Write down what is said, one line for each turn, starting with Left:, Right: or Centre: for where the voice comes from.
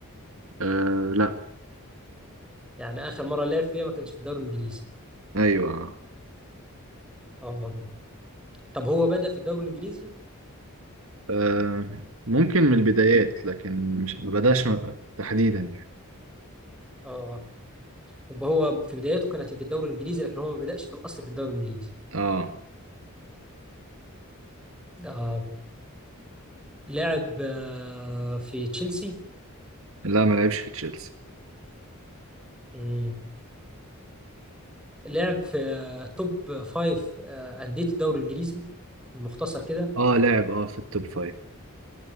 Right: آه لا
Centre: يعني اخر مره لعب فيها ما كانش في الدوري الانجليزي
Right: أيوة آه
Centre: اه طب هو بدأ في الدوري الانجليزي
Right: آه، ممكن من البدايات لكن مش ما بداش م- تحديدا يعني
Centre: اه يبقى هو في بدايته كانت في الدوري الانجليزي لكن هو ما بدأش في الاصل في الدوري الانجليزي
Right: اه
Centre: اه لعب آه، في تشيلسي
Right: لا ما لعبش في تشيلسي
Centre: مم. لعب في آه، توب فايف آه، أندية الدوري الانجليزي المختصر كده
Right: اه لاعب اه في التوب فايف